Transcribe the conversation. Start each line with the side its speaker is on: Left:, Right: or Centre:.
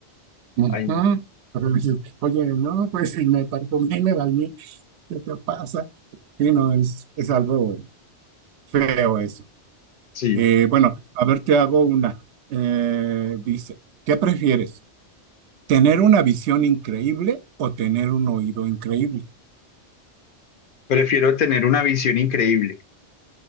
Right: Ujú.
Left: Ay, no,
Right: <laughs> Pero dices, oye, no, pues si me parfumé, me bañé, ¿qué te pasa? Sí, no, es, es algo feo eso.
Left: sí.
Right: Eh, bueno, a ver, te hago una. Eh, dice, ¿qué prefieres? ¿Tener una visión increíble o tener un oído increíble?
Left: Prefiero tener una visión increíble.